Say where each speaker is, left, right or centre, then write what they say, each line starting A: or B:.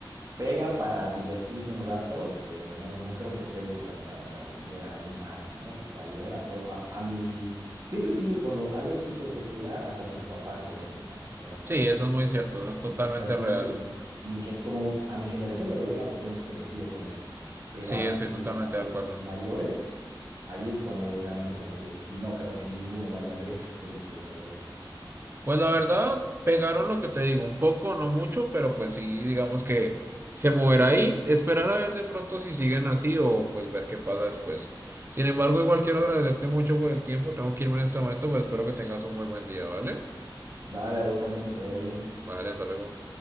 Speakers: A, on the right (about 45°); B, on the right (about 30°).
A: Pega para divertirse un rato, pero no, no creo que pegue como para trascender aún más, ¿no? O sea, para llegar a todo, a, a mi... Siempre digo, cuando algo es súper popular, hasta tus papás lo ven, digamos, o sea, como
B: Sí, eso
A: que
B: es muy cierto, eso es totalmente
A: trasciende,
B: real.
A: mi, gen- como a mi generación le va a llegar porque hemos crecido con eso, pero
B: Sí,
A: a-
B: estoy
A: si te
B: totalmente
A: llega a,
B: de
A: lo-
B: acuerdo.
A: a los mayores, ahí es cuando es realmente conocido, y no creo que ninguno vaya a ver <laughs> esas películas, la verdad.
B: Pues la verdad, pegaron lo que te digo, un poco, no mucho, pero pues sí, digamos que se moverá ahí, esperar a ver de pronto si siguen así o pues ver qué pasa después. Sin embargo, igual quiero agradecerte mucho por el tiempo, tengo que irme en este momento, pero espero que tengas un muy buen día, ¿vale?
A: Dale, a vos también, que te vaya bien.
B: Vale, hasta luego.